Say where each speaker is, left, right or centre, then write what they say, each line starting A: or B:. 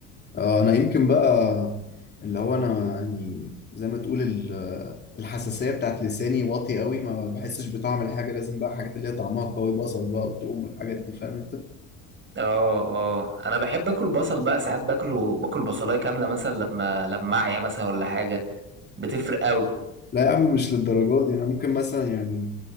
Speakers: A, on the left; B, on the right.
A: آه، انا يمكن بقى اللي هو انا يعني زي ما تقول ال- الحساسيه بتاعت لساني واطي قوي ما بحسش بطعم الحاجه لازم بقى حاجات اللي هي طعمها قوي بصل بقى وتقوم والحاجات دي فاهم انت
B: اه اه انا بحب اكل بصل بقى ساعات باكله باكل بصلايه كامله مثلا لما لما اعيا مثلا ولا حاجه بتفرق قوي
A: لا يا عم مش للدرجات دي انا ممكن مثلا يعني